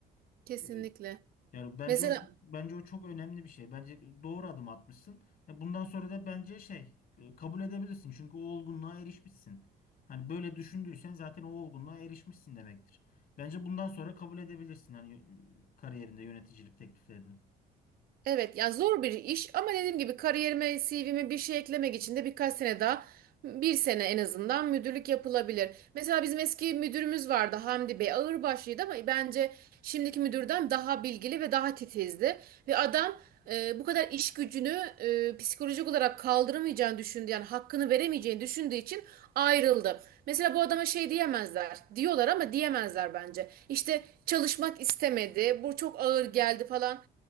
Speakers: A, on the right; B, on the left.
A: kesinlikle.
B: E, yani bence
A: Mesela
B: o bence o çok önemli bir şey. Bence doğru adım atmışsın. Ya bundan sonra da bence şey e, kabul edebilirsin. Çünkü o olgunluğa erişmişsin. Hani böyle düşündüysen zaten o olgunluğa erişmişsin demektir. Bence bundan sonra kabul edebilirsin hani e, kariyerinde yöneticilik tekliflerini.
A: Evet ya zor bir iş ama dediğim gibi kariyerime, CV'me bir şey eklemek için de birkaç sene daha bir sene en azından müdürlük yapılabilir. Mesela bizim eski müdürümüz vardı Hamdi Bey ağırbaşlıydı ama bence şimdiki müdürden daha bilgili ve daha titizdi. Ve adam e, bu kadar iş gücünü e, psikolojik olarak kaldıramayacağını düşündü yani hakkını veremeyeceğini düşündüğü için ayrıldı. Mesela bu adama şey diyemezler diyorlar ama diyemezler bence. İşte çalışmak istemedi bu çok ağır geldi falan.